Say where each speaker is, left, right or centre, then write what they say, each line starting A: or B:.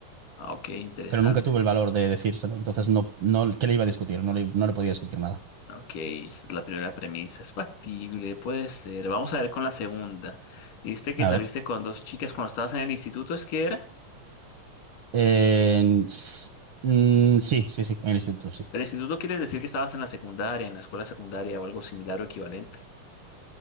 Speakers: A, on the left; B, on the right.
A: Ah, ok, interesante.
B: pero nunca tuve el valor de decírselo. Entonces, no, no, ¿qué le iba a discutir? No le, no le podía discutir nada.
A: Ok, esa es la primera premisa. Es factible, puede ser. Vamos a ver con la segunda. Dijiste que
B: A
A: saliste
B: ver.
A: con dos chicas cuando estabas en el instituto, ¿es que era?
B: Eh, s- mm, sí, sí, sí, en el instituto, sí.
A: El instituto quiere decir que estabas en la secundaria, en la escuela secundaria o algo similar o equivalente.